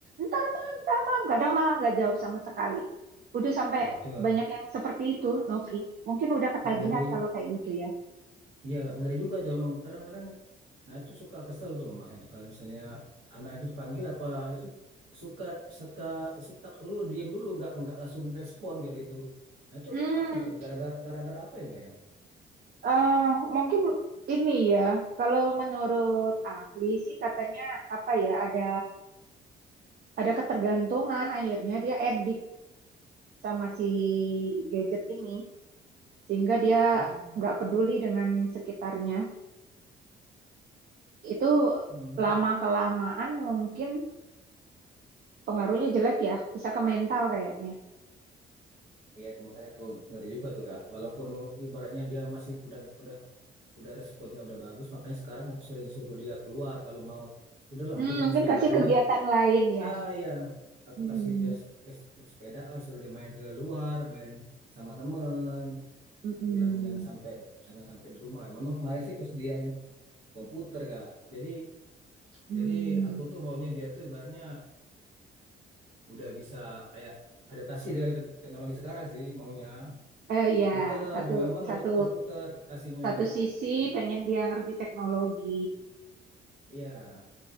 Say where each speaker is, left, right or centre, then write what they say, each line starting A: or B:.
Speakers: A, on the right (about 50°); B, on the right (about 80°).
A: ntar mam, ntar mam. Kadang malah nggak jawab sama sekali. Udah sampai
B: wah, itu
A: banyak yang seperti itu, Novri. Mungkin udah ketagihan
B: nah, ngeri.
A: kalau kayak gitu ya.
B: Iya, agak ngeri juga tuh memang kadang-kadang. Nah itu suka kesel tuh mak itu kalau misalnya anak itu dipanggil apa itu suka suka setak dulu diam dulu nggak nggak langsung respon kayak gitu. Nah itu
A: Hmm,
B: ke- apa tuh gara-gara gara-gara apa itu ya?
A: eh mungkin ini ya, kalau menurut ahli sih katanya apa ya, ada ada ketergantungan akhirnya dia edik sama si gadget ini sehingga dia
B: Hmm.
A: nggak peduli dengan sekitarnya. Itu
B: Hmm.
A: lama kelamaan mungkin pengaruhnya jelek ya, bisa ke mental kayaknya.
B: Iya itu makanya aku ngeri juga tuh kak. Walaupun ibaratnya dia masih udah udah udah responnya udah bagus, makanya sekarang aku sering suruh dia keluar kalau mau. Udahlah,
A: Hmm,
B: mending kamu
A: mungkin
B: sepedaan
A: kasih
B: aja.
A: kegiatan lain ya.
B: Ah ya, aku
A: Hmm,
B: kasih dia se- ke sep- sepedaan, suruh dia main keluar, main sama temen.
A: mm-mm,
B: Aku bilang jangan sampai jangan sampai di rumah. Memang kemarin sih aku sediain komputer kak. Jadi
A: mm.
B: jadi aku tuh maunya dia tuh ibaratnya udah bisa kayak adaptasi dengan te- teknologi sekarang sih maunya
A: Eh
B: komputer.
A: ya, satu
B: Memang
A: satu
B: lebih ke komputer kasihnya.
A: Satu sisi
B: Be-
A: pengen dia ngerti teknologi,
B: Iya.